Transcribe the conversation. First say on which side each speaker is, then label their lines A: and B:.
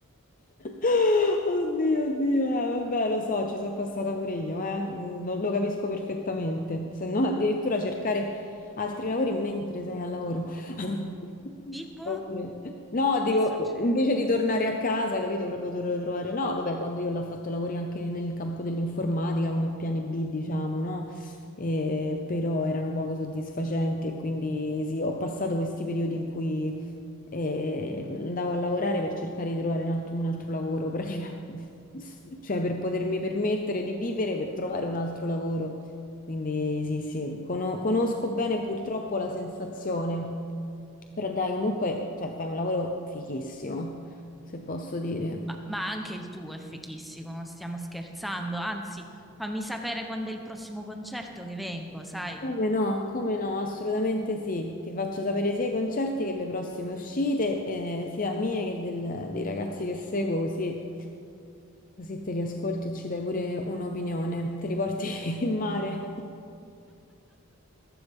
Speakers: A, on the left; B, in the centre.
A: Oddio, oddio, eh, vabbè, lo so, ci sono passata pure io, eh, mm, Lo, lo capisco perfettamente. Se non addirittura cercare altri lavori mentre sei al lavoro. <laughs>
B: Tipo,
A: Oppure- No,
B: che
A: dico,
B: ti è successo?
A: invece di tornare a casa, capito, proprio dovrei trovare... No, vabbè, quando io l'ho fatto lavori anche nel campo dell'informatica come piani B, diciamo, no? Eh, però erano poco soddisfacenti e quindi sì, ho passato questi periodi in cui e andavo a lavorare per cercare di trovare un altro, un altro lavoro praticamente, <laughs> cioè per potermi permettere di vivere per trovare un altro lavoro. Quindi sì, sì, cono- conosco bene purtroppo la sensazione, però dai, comunque, cioè, fai un lavoro fighissimo, se posso dire.
B: Ma, ma anche il tuo è fichissimo, non stiamo scherzando. Anzi, fammi sapere quando è il prossimo concerto che vengo, sai?
A: Come no, come no, assolutamente sì. Ti faccio sapere sia i concerti che le prossime uscite, eh, sia mie che del- dei ragazzi che seguo, così, così te li ascolti e ci dai pure un'opinione. Te li porti <laughs> in mare.